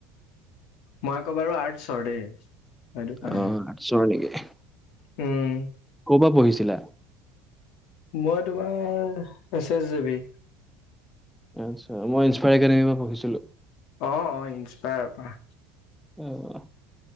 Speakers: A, on the left; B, in the centre.
A: মই আকৌ বাৰু আৰ্টছৰ দেই। সেইটো কাৰণে
B: অ', আৰ্টছৰ নেকি।
A: উম।
B: ক'পা পঢ়িছিলা?।
A: মই তোমাৰ এচ এছ জেবি।
B: আচ্ছা, মই ইনস্পায়াৰ এডেমি পৰা পঢ়িছিলো।
A: অ', অ', ইনস্পায়াৰ পৰা।
B: অ',